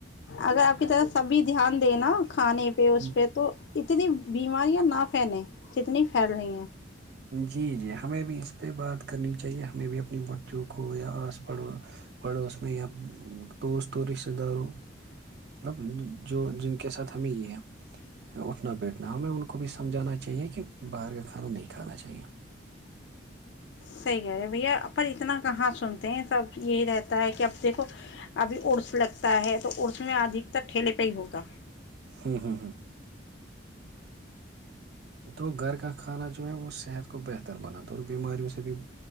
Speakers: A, on the left (about 65°); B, on the right (about 55°).
A: اگر آپ کی طرف سبھی دھیان دے نا کھانے پہ
B: ٹھیک
A: اس پہ تو اتنی بیماریاں نہ پھیلیں جتنی پھیل رہی ہیں
B: جی جی ہمیں بھی اس پہ بات کرنی چاہیے ہمیں بھی اپنی بچوں کو یا آس پ پڑوس میں یا دوست اور رشتے داروں مطلب جو جن کے ساتھ ہمیں یہ ہے اٹھنا بیٹھنا ہمیں ان کو بھی سمجھانا چاہیے کہ باہر کا کھانا نہیں کھانا چاہیے
A: سحی کہہ رہے بھیا پر اتنا کہاں سنتے ہیں سب یہی رہتا ہے کہ اب دیکھو ابھی ارس لگتا ہے تو ارس میں ادھک تر ٹھیلے پہ ہی ہوگا
B: ہاں ہاں ہاں تو گھر کا کھانا جو ہے وہ صحت کا کو بہتر بناتا اور بیماریوں سے بھی